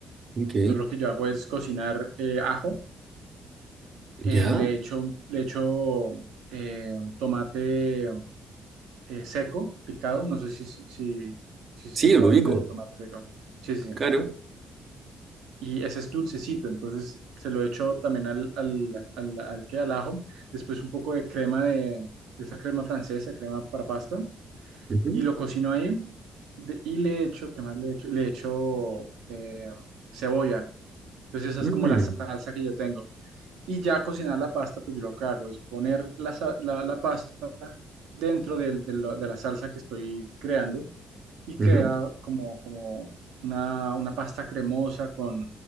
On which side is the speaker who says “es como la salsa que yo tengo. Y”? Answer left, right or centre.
Right